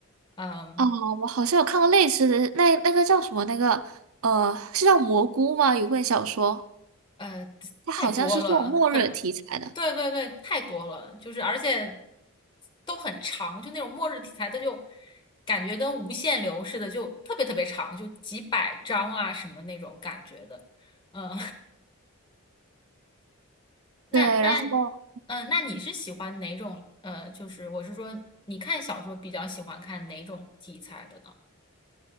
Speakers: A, on the left; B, on the right.
A: 嗯，
B: 哦，我好像有看过类似的，那那个叫什么？那个呃，是叫蘑菇吗？有本小说，
A: 呃，
B: 它好像是这种末日题材的。
A: 太多了，可能，对对对，太多了，就是而且都很长，就那种末日题材，它就感觉跟无限流似的，就特别特别长，就几百章啊什么那种感觉的。嗯，那那，
B: 对，然后
A: 嗯、那你是喜欢哪种？呃，就是我是说，你看小说比较喜欢看哪种题材的呢？